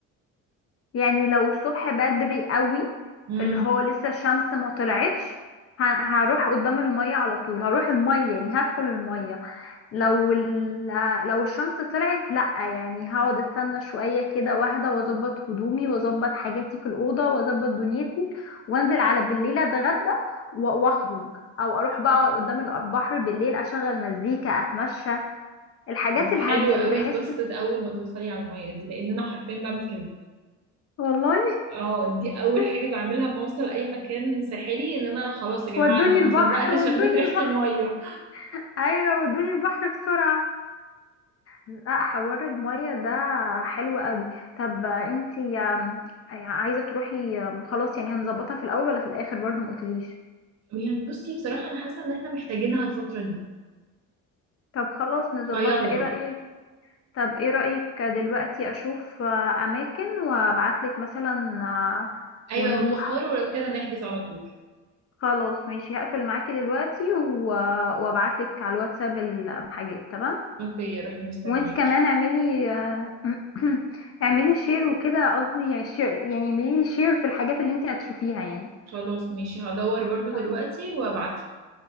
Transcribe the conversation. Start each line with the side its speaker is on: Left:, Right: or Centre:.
Left: يعني لو الصبح بدري قوي
Right: امم
Left: اللي هو لسه الشمس ما طلعتش ه- هروح قدام الميه على طول هروح الميه يعني هدخل الميه لو ال... لو الشمس طلعت لأ يعني هقعد استنى شوية كده واحدة واظبط هدومي واظبط حاجاتي في الأوضة واظبط دنيتي وانزل على بالليل اتغدى و- واخرج او اروح بقى قدام البحر بالليل اشغل مزيكا اتمشى الحاجات الهادية
Right: حلو
Left: يعني
Right: قوي
Left: بحس
Right: قصه اول ما توصلي على الميه دي لان انا حرفيا بعمل كده
Left: والله
Right: اه دي اول
Left: <laughs>
Right: حاجه بعملها لما اوصل اي مكان ساحلي ان انا خلاص يا جماعه
Left: ودوني
Right: انا
Left: البحر
Right: ما صدقت
Left: ودوني
Right: شميت ريحه
Left: البحر
Right: الميه
Left: ايوه ودوني البحر بسرعة لا حوار المية ده حلو قوي طب انتي آم، يعني عايزة تروحي آم، خلاص يعني هنظبطها في الأول ولا في الآخر برضو ما قلتليش
Right: يعني بصي بصراحه انا حاسه ان احنا محتاجينها الفتره دي
Left: طب خلاص نظبطها
Right: فيلا
Left: ايه رأيك طب ايه رأيك دلوقتي أشوف آه، أماكن وأبعتلك مثلا آه،
Right: ايوه
Left: ونروح
Right: ونختار ولو كده نحجز على طول
Left: خلاص ماشي هقفل معاكي دلوقتي و- آه، وأبعتلك على الواتساب الحاجات تمام
Right: اوكي روحي مستنياكي
Left: وانت كمان اعملي آه، <clears throat> اعملي شير وكده قصدي يعني شير يعني اعملي شير في الحاجات اللي انت هتشوفيها يعني
Right: خلاص ماشي هدور برضو دلوقتي
Left: آه،
Right: وابعت